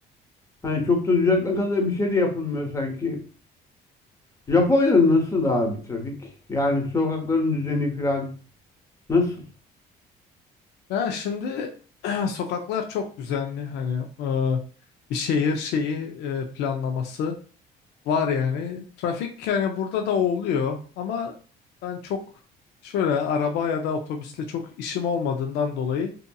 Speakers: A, on the left; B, on the left.
A: hani çok da düzeltme kadar bir şey de yapılmıyor sanki. Japonya'da nasıl abi trafik? Yani sokakların düzeni falan nasıl?
B: Ya şimdi <clears throat> sokaklar çok düzenli hani e, bir şehir şeyi e, planlaması var yani. Trafik yani burada da oluyor ama ben çok şöyle araba ya da otobüsle çok işim olmadığından dolayı